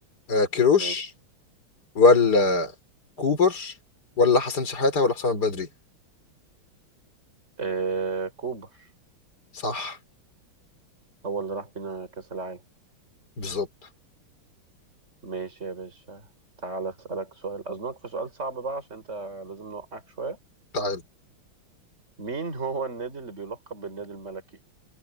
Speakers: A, on the left; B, on the right.
A: آه، كيروش
B: ماشي
A: ولا كوبر ولا حسن شحاتة ولا حسام البدري
B: آه كوبر
A: صح
B: هو اللي راح بينا كاس العالم
A: بالظبط
B: ماشي يا باشا تعال اسالك سؤال اظنك في سؤال صعب بقى عشان انت لازم نوقعك شويه
A: تعال
B: مين هو النادي اللي بيلقب بالنادي الملكي